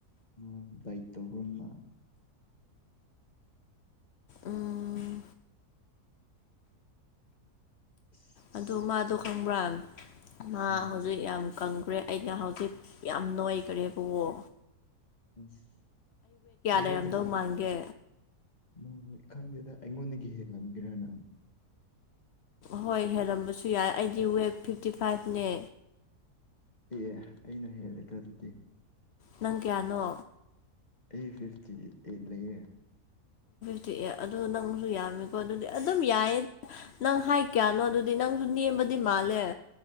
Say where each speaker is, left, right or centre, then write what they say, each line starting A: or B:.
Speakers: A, on the left; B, on the left.
A: ꯃꯥ ꯗꯥꯏꯠ ꯇꯧꯕꯩꯅ
B: ꯎꯝ
A: ꯏꯁ
B: ꯑꯗꯨ ꯃꯥꯗꯣ ꯈꯪꯕ꯭ꯔꯥ ꯃꯥ
A: ꯎꯝ
B: ꯍꯧꯖꯤꯛ ꯌꯥꯝ ꯀꯪ ꯈꯔꯦ ꯑꯩꯅ ꯍꯧꯖꯤꯛ ꯌꯥꯝ ꯅ‌ꯣꯏꯈꯔꯦꯕꯀ‌ꯣ
A: ꯑꯁ ꯅꯣꯏꯕꯅ
B: ꯂꯩꯔꯝꯗꯧ ꯃꯥꯟꯒꯦ
A: ꯅꯣꯏ ꯈꯪꯗꯦꯗ ꯑꯩꯉꯣꯟꯗꯒꯤ ꯍꯦꯜꯂꯝꯒꯗꯔ ꯅꯪ
B: ꯍꯣꯏ ꯍꯦꯜꯂꯝꯕꯁꯨ ꯌꯥꯏ ꯑꯩꯗꯤ ꯋꯦꯠ ꯐꯤꯐꯇꯤ ꯐꯥꯏꯚꯅꯦ
A: ꯑꯦ ꯑꯩꯅ ꯍꯦꯜꯂꯦꯇ ꯑꯗꯨꯗꯤ
B: ꯅꯪ ꯀꯌꯥꯅꯣ
A: ꯑꯦ ꯐꯤꯐꯇꯤ ꯑꯦꯠ ꯂꯩꯌ‌ꯦ
B: ꯀ‌ꯦꯑꯦ ꯑꯗꯨ ꯅꯪꯁꯨ ꯌꯥꯝꯃꯦꯀꯣ ꯑꯗꯨꯗꯤ ꯑꯗꯨꯝ ꯌꯥꯏꯌꯦ ꯅꯪ ꯍꯥꯏꯠ ꯀꯌꯥꯅꯣ ꯑꯗꯨꯗꯤ ꯅꯪꯁꯨ ꯅ‌ꯦꯝ ꯕꯗꯤ ꯃꯥꯜꯂ‌ꯦ